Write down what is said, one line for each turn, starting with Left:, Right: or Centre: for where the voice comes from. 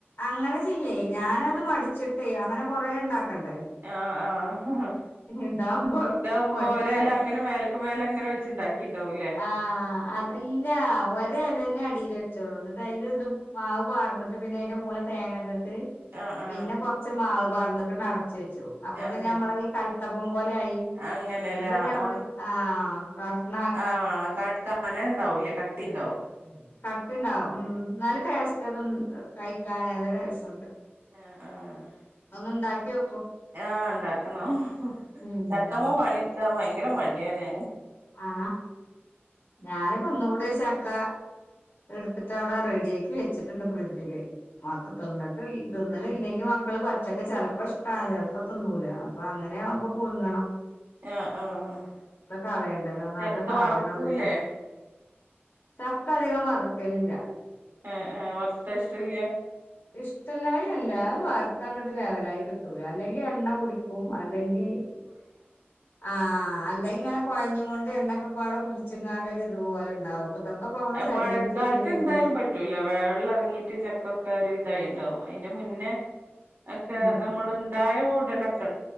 Left: അങ്ങനെ ചെയ്യേ ഞാനത് മടിച്ചിട്ടേ അങ്ങനെ കൊറെ ഇണ്ടാക്കണ്ടേ
Right: ആഹ് ആഹ്
Left: ഇതാവുമ്പോ
Right: ഇതാവ്മ്പോ
Left: ഒറ്റ
Right: ഒരെല
Left: പ
Right: അങ്ങനെ മേല ക്ക്മേല ഇങ്ങനെ വച്ച് ഇണ്ടാക്കിണ്ടാവുംലെ
Left: ആഹ് അതല്ലാ ഒരെലെന്നെ അടീല് വെച്ചോള്ളൂ എന്നിട്ട് അയില് ഇതും മാവ് പാർന്നിട്ട് പിന്നെ അയിന്റെ മോളി തേങ്ങട്ടിട്ട്
Right: ആഹ് ആഹ്
Left: പിന്നെ കൊറച്ച് മാവ് പാർന്നിട്ട് അണ്ട് അടച്ച് വെച്ചു അപ്പൊ
Right: അങ്ങനെ
Left: പിന്നെ നമ്മളെ ഈ കൽത്തപ്പം പോലെ ആയി
Right: അങ്ങനെല്ല
Left: ഇത് ഞമ്മൾ
Right: ആഹ്
Left: ആഹ് കഷ്ണാ
Right: ആഹ് <unintelligible> ണ്ടാവൂലേ ക കട്ടി
Left: <unintelligible>
Right: ഉണ്ടാവും
Left: കട്ട്ണ്ടാവും ഉം നല്ല ടേസ്റ്റാ അത് കഴിക്കാൻ നല്ല ടേസ്റ്റ് ഉണ്ട്
Right: ആഹ് ആഹ്
Left: ഇന്നുണ്ടാക്കിയോ
Right: ആ ഇണ്ടാക്കണം
Left: ഉം
Right: ചക്കമ പണി ഇട്ക്കാം ഭയങ്കര മടിയാണ്
Left: ആ ഞാന്പ്പോ ഒന്നും കൂടി ഒരു ചക്ക ഇട്ത്തി ട്ട് അവ്‌ടെ റെഡിയാക്കി വെച്ചിട്ട്ണ്ട് ഫ്രിഡ്ജില് മക്ക തിന്ന്ട്ട് ഇൽ തിന്ന്ണില്ലെങ്കി മക്കള് പ ഉച്ചക്ക് ചെലപ്പ ഇഷ്ടാണ് ചെലപ്പ തിന്നൂല അപ്പൊ അങ്ങനെ ആവുമ്പ പുഴുങ്ങണം
Right: ആഹ് ആഹ് ആഹ്
Left: ഇപ്പ കളയണ്ടല്ലോ നല്ല
Right: ചക്ക
Left: സാധനങ്ങളല്ലേ
Right: വറക്കൂലേ
Left: ചക്ക ചക്ക അധികം വറ്ക്കലില്ല
Right: ആഹ് ആഹ് വർത്ത ഇഷ്ടല്യ
Left: ഇഷ്ടല്ലായ് അല്ല അത് വർത്ത അങ്ങട്ട് ലെവലായി കിട്ടൂല അല്ലെ ങ്കി എണ്ണ കുടിക്കും അല്ലെങ്കി ആ അല്ലെങ്കി ഇങ്ങനെ കോയഞ്ഞിങ്ങോണ്ട് എണ്ണക്കപ്പാട കുട്ച്ചിക്കാണ്ട് ഒരിത് പോലെ ഇ ണ്ടാവും പ്പ തൊക്കപ്പൊ നമ്മളെ
Right: ആഹ്
Left: ശരീരത്തിക്ക്
Right: മഴക്കാലത്ത്
Left: ചെല്ലല്ലേ
Right: എന്തായാലും
Left: വിചാരിച്
Right: പറ്റൂല വെ വെള്ള എറങ്ങീട്ട് ചക്കൊക്കെ ഒരു ഇതായിണ്ടാവും അയിന്റെ മുന്നേ ഒക്കെ
Left: ഉം
Right: നമ്മള് ഇണ്ടായ ഉടനൊ